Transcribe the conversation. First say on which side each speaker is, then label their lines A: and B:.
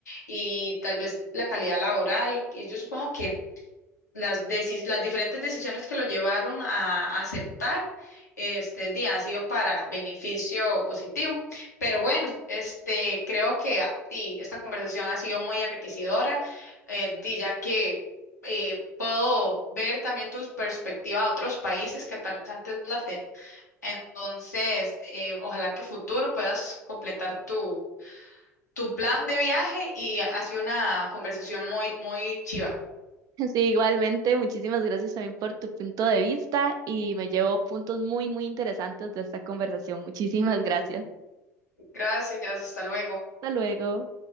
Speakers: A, on the left; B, on the right.
A: y tal vez la calidad laboral. Y yo supongo que las, deci- las diferentes decisiones que lo llevaron a aceptar este día ha sido para beneficio positivo. Pero bueno, este, creo que ah, di, esta conversación ha sido muy enriquecedora, eh, di, ya que eh, puedo ver también tu perspectiva a otros países que tal vez antes no la tenían. Entonces, eh, ojalá que a futuro puedas completar tu, tu plan de viaje y ha sido una conversación muy, muy chiva.
B: <laughs> Sí, igualmente, muchísimas gracias también por tu punto de vista y me llevo puntos muy, muy interesantes de esta conversación. Muchísimas gracias.
A: Gracias, hasta luego.
B: Hasta luego.